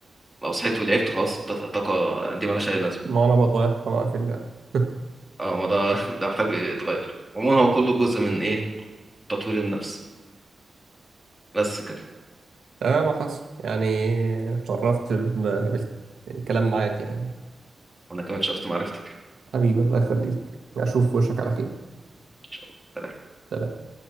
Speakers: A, in the centre; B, on the right.
A: لو صحيت ولعبت خلاص الط- الطاقة دي مالهاش أي لازمة
B: ما أنا بطايحها بقى في اللعب <laughs>
A: اه هو ده <laughs> ده محتاج يتغير عموما هو كله جزء من إيه تطوير النفس بس كده
B: تمام يا حسن يعني اتشرفت بم- بالكلام معاك يعني
A: وأنا كمان شفت معرفتك
B: حبيبي الله يخليك أشوف وشك على خير
A: إن شاء الله سلام.
B: سلام.